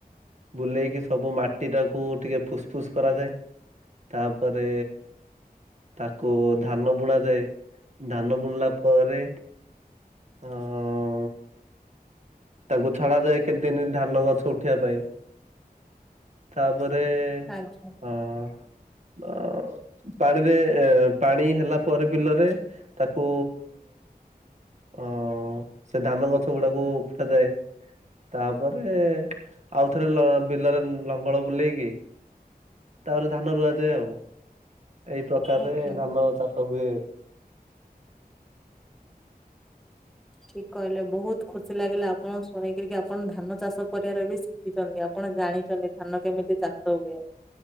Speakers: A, on the right; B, in the centre.
A: ବୁଲେଇକି ସବୁ ମାଟିଟାକୁ ଟିକେ ଫୁସଫୁସ୍ କରାଯାଏ। ତାପରେ। ତାକୁ ଧାନ ବୁଣାଯାଏ ଧାନ ବୁଣିଲା ପରେ। ଅଁ। ତାକୁ ଛଡାଯାଏ କେତେଦିନ ଧାନ ଗଛ ଉଠିବା ପାଇଁ। ତାପରେ।
B: ଆଜ୍ଞା
A: ହଁ। ପାଣିରେ ପାଣି ହେଲା ପରେ ବିଲରେ। ତାକୁ ଅଁ ସେ ଧାନ ଗଛ ଗୁଡାକୁ। ରଖା ଯାଏ ତାପରେ ଆଉ ଥରେ ବିଲରେ। ଲଙ୍ଗଳ ବୁଲେଇକି। ତାପରେ ଧାନ ରୁଆଯାଏ ଆଉ ଏଇ ପ୍ରକାରରେ
B: ଆଜ୍ଞା
A: ଧାନ ଚାଷ ହୁଏ।
B: ଠିକ୍ କହିଲେ ବହୁତ ଖୁସି ଲାଗିଲା ଆପଣ ଶୁଣିକି ଆପଣ ଧାନ ଚାଷ କରିବାରେ ବି ଦେଖିଚନ୍ତି ଆପଣ ଜାଣିଚନ୍ତି ଧାନ କେମିତି ଚାଷ ହୁଏ।